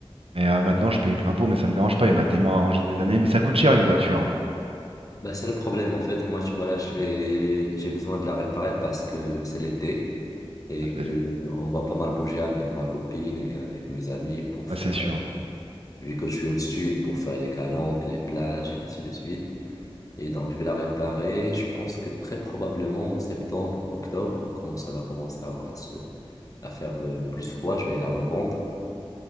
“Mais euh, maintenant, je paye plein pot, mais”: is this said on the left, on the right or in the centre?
Right